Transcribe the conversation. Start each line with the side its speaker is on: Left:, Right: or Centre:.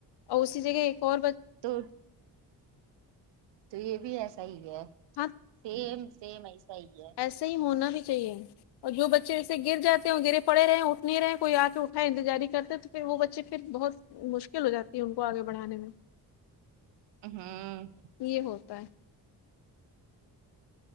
Left: اور اسی جگہ ایک اور بچ
Right: تو تو یہ بھی ایسا ہی ہے
Left: ہاں
Right: سیم سیم ایسا ہی ہے
Left: ایسے ہی ہونا ہی چاہیے اور جو بچے ایسے گر جاتے ہیں اور گرے پڑے رہے نہیں رہے کوئی آکے اٹھائے انتظار ہی کرتے تو پھر وہ بچے پھر بہت مشکل ہو جاتی ہے ان کو آگے بڑھانے میں
Right: امم
Left: یہ ہوتا ہے